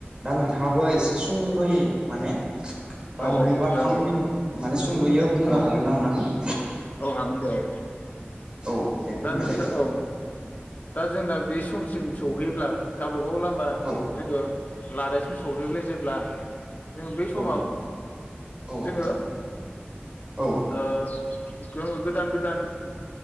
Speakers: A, on the right (about 25°); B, on the left (about 45°).
A: दा नोंथाङाबो एसे सुंदयै माने बा
B: औ
A: नै
B: औ
A: बा
B: जागोन
A: थाम
B: दे
A: मिनि
B: औ
A: माने स सुंदयो बुंनो
B: औ
A: हागोन ना अनानै <inaudible>
B: औ हागोन दे औ
A: औ दे फोरमायलाय
B: दा नोंथां औ दा जोंना बे समसिम सौहैयोब्ला गाबा गाव लामा
A: औ
B: जोङो लादायसिम सौहैबालाय जेब्ला जोङो बै समाव
A: औ औ
B: जोङो
A: औ
B: ओ गो गोदान गोदान